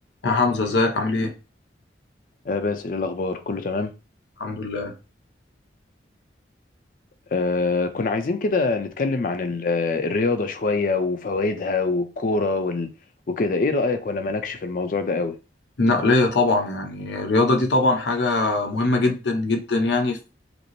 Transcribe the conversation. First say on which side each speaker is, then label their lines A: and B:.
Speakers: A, on the left (about 70°); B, on the left (about 50°).
A: يا حمزة ازيك عامل ايه؟
B: آه بس إيه الأخبار كله تمام
A: الحمد لله
B: آه كنا عايزين كده نتكلم عن ال- آه، الرياضة شوية وفوائدها والكورة وال... وكده إيه رأيك ولا مالكش في الموضوع ده قوي
A: النقلية طبعا يعني الرياضة دي طبعا حاجة مهمة جدا جدا يعني في